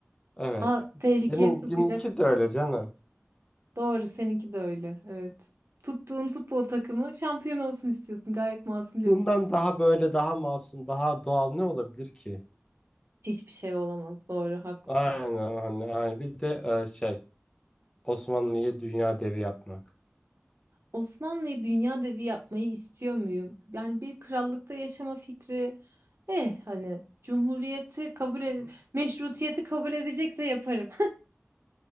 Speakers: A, on the left; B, on the right.
A: Evet.
B: Aa, tehlikeye
A: Benim
B: sokacak.
A: benimki de öyle canım.
B: Doğru seninki de öyle. Evet. Tuttuğun futbol takımı şampiyon olsun istiyorsun. Gayet masumca
A: Bundan
B: bir istek.
A: daha böyle daha masum, daha doğal ne olabilir ki?
B: Hiçbir şey olamaz. Doğru haklısın.
A: Aynen hani aynen. Bir de e, şey Osmanlı'yı dünya devi yapmak.
B: Osmanlı'yı dünya devi yapmayı istiyor muyum? Yani bir krallıkta yaşama fikri eh hani cumhuriyeti kabul ed-
A: Hı
B: meşrutiyeti kabul edecekse yaparım.